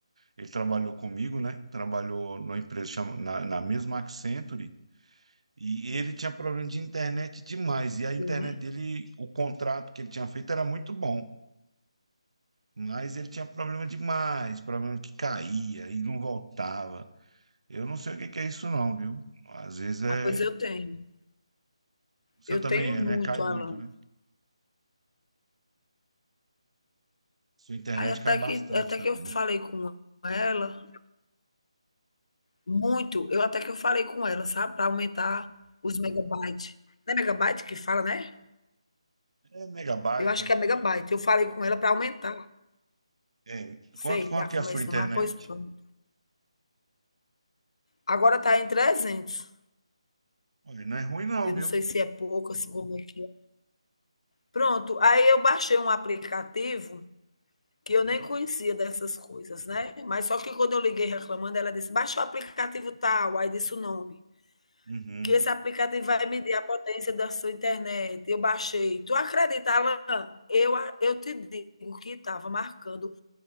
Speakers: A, on the right; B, on the left.
A: ele trabalhou comigo, né? Trabalhou numa empresa chama- na, na mesma Accenture, e ele tinha problema de internet demais, e a internet
B: Sim.
A: dele, o contrato que ele tinha feito era muito bom, mas ele tinha problema demais, problema que caía e não voltava. Eu não sei o que que é isso não, viu? Às vezes é...
B: Ah, pois eu tenho.
A: O seu
B: Eu
A: também
B: tenho
A: é,
B: muito,
A: né? Cai muito,
B: Alan.
A: né? Sua internet
B: Aí até
A: cai bastante
B: que até
A: também,
B: que eu
A: né?
B: falei com ela muito, eu até que eu falei com ela, sabe, para aumentar os megabytes. Não é megabyte que fala, né?
A: É megabyte,
B: Eu acho
A: megabit.
B: que é megabyte. Eu falei com ela para aumentar.
A: É, quanto,
B: Sei
A: quanto
B: lá
A: que
B: como
A: é a sua
B: é esse
A: internet?
B: nome, mas pois pronto. Agora tá em 300.
A: Olha, não é ruim não,
B: Eu
A: viu?
B: não sei se é pouco, assim, como é que é. Pronto, aí eu baixei um aplicativo que
A: Uhum,
B: eu nem conhecia dessas coisas, né? Mas só que quando eu liguei reclamando, ela disse: baixa o aplicativo tal, aí disse o nome.
A: uhum,
B: que esse aplicativo vai medir a potência da sua internet. Eu baixei. Tu acredita, Alan? Eu, eu te digo que estava marcando